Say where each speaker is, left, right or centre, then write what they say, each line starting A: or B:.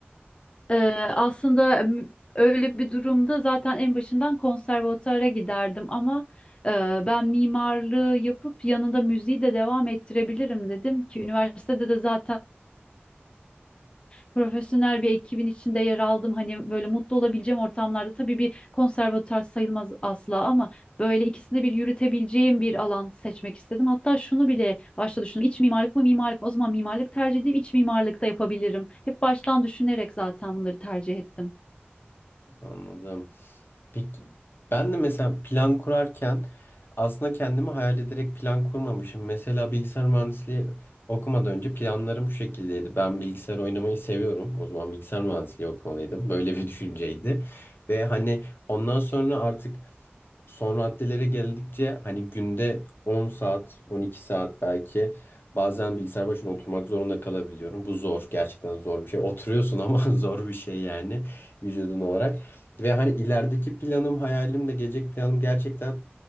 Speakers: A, on the left; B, on the left.
A: Ee, aslında m- öyle bir durumda zaten en başından konservatuara giderdim ama e, ben mimarlığı yapıp yanında müziği de devam ettirebilirim dedim ki üniversitede de zaten profesyonel bir ekibin içinde yer aldım. Hani böyle mutlu olabileceğim ortamlarda tabii bir konservatuar sayılmaz asla ama böyle ikisinde bir yürütebileceğim bir alan seçmek istedim. Hatta şunu bile başta düşündüm. İç mimarlık mı mimarlık mı? O zaman mimarlık tercih edeyim, iç mimarlıkta yapabilirim. Hep baştan düşünerek zaten bunları tercih ettim.
B: Anladım. Peki ben de mesela plan kurarken aslında kendimi hayal ederek plan kurmamışım. Mesela bilgisayar mühendisliği okumadan önce planlarım şu şekildeydi. Ben bilgisayar oynamayı seviyorum. O zaman bilgisayar mühendisliği okumalıydım. Böyle bir <laughs> düşünceydi. Ve hani ondan sonra artık Son raddelere geldikçe hani günde 10 saat, 12 saat belki bazen bilgisayar başına oturmak zorunda kalabiliyorum. Bu zor, gerçekten zor bir şey. Oturuyorsun ama <laughs> zor bir şey yani vücudun olarak. Ve hani ilerideki planım, hayalim de gelecek planım gerçekten